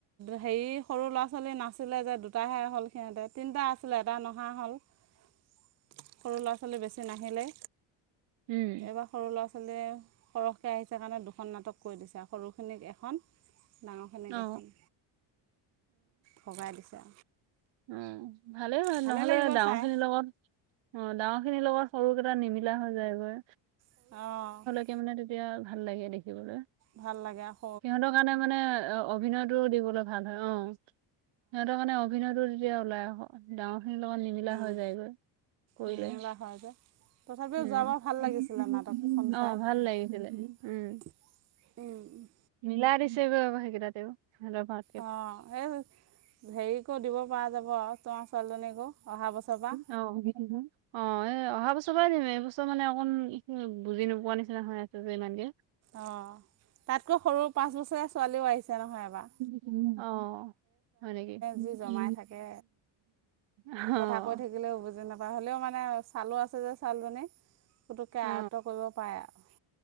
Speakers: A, on the right; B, on the right.
A: হেৰি সৰু ল'ৰা-ছোৱালী নাছিলে যে দুটাহে হ'ল সিহঁতে, তিনটা আছিলে এটা নহা হ'ল। সৰু ল'ৰা-ছোৱালী বেছি নাহিলে
B: উম
A: সৰু ল'ৰা-ছোৱালীয়ে, সৰহকে আহিছে কাৰণে দুখন নাটক কৰি দিছে আও সৰুখিনিক এখন, ডাঙৰখিনিক
B: অ অ
A: এখন ভগাই দিছে
B: অ ভালেই হল,
A: ভালে
B: নহলে
A: লাগিব
B: ডাঙৰ
A: চাই
B: খিনিৰ লগত, অ ডাঙৰ খিনিৰ লগত সৰুকেইটা নিমি লা হৈ যায় গৈ
A: অ
B: এ মানে তেতিয়া ভাল লাগে দেখিবলৈ
A: ভাল লাগ অহ
B: সিহঁতৰ কাৰণে মানে অ-অভিনয়টো দিবলে ভাল হয় অ সিহঁতৰ কাৰণে অভিনয়তো তেতিয়া ওলাই আহু ডাঙৰ খিনিৰ লগত নিমিলা হৈ
A: অঁ
B: যায়গৈ, কৰিলে
A: নিৰ্মিলা হয় যে তথাপিও
B: উম
A: যোৱাবাৰ ভাল লাগিছিল আমাৰ খন চাই
B: অ ভাল লাগিছিলে উম
A: উম
B: মিলাই দিছেগৈ আকৌ সেইকেইটাতেওঁ, সিহঁতৰ ভাগ
A: অ সেই হেৰিকো দিব পৰা যাব আও তোঁমাৰ ছোৱালীজনীকো অহা বছৰৰ পৰা
B: অ ভিত্তি অ' এই অহা বছৰৰ পৰাই দিম, এই বছৰ মানে অকণ বুজি নোপোৱা নিচিনা হৈ আছে যে ইমান কে
A: অ', তাতকৈ সৰু পাঁচ বছৰীয়া ছোৱালীও আহিছে নহয় এইবাৰ
B: উ অ হয় নেকি?
A: যি জমাই থাকে
B: অ'
A: কথা কৈ থাকিলেও বুজি নাপায়, হ'লেও মানে ছালো আছে যে ছোঁৱালীজনী, ফুটুককে
B: অ
A: আয়ত্ব কৰিব পাৰে আৰু।